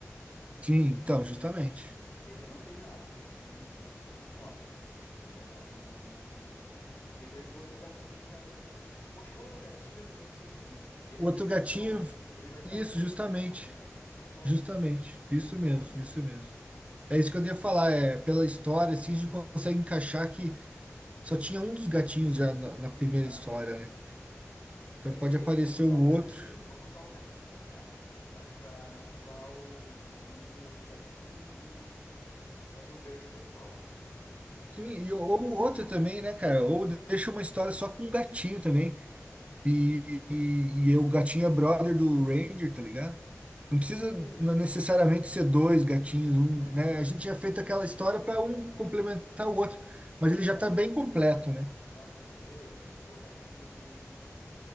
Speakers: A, on the right; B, on the left.
A: sim, então, justamente.
B: Ele não tem nada, ele não, ele, n- ele nem pode, porque ele não estava na, na, na- na elenca. Eu tenho que ver com o outro gatinho, cara, o que que. Acho que o outro gatinho também precisa ser o seguinte: ele
A: O
B: não
A: outro
B: tá,
A: gatinho,
B: é só um. Ele vai estar
A: isso,
B: junto
A: justamente,
B: com o Xamã. É só
A: justamente,
B: um,
A: isso
B: é só
A: mesmo,
B: um.
A: isso mesmo. É isso que eu ia falar, é, pela história, assim, a gente consegue encaixar que só tinha um dos gatinhos já na, na
B: Exatamente.
A: primeira história, né?
B: Que daí
A: Então
B: é
A: pode aparecer
B: eu- vamos usar
A: o
B: o
A: outro.
B: gatinho, vamos usar o gatinho, cara, pra pra ativar o xamã com outro gatinho e, e fazer o gancho pra história.
A: Sim, e, ou o outro também, né, cara? Ou deixa uma história só com um gatinho também. E, e, e o gatinho é brother do Ranger, tá ligado? Não
B: Hum,
A: precisa n- necessariamente
B: uhum,
A: ser dois gatinhos, um,
B: é verdade.
A: né? A gente já fez aquela história para
B: É,
A: um complementar o outro,
B: é
A: mas
B: verdade.
A: ele já está bem completo, né?
B: Não, já tá, beleza. Então o gatinho tem,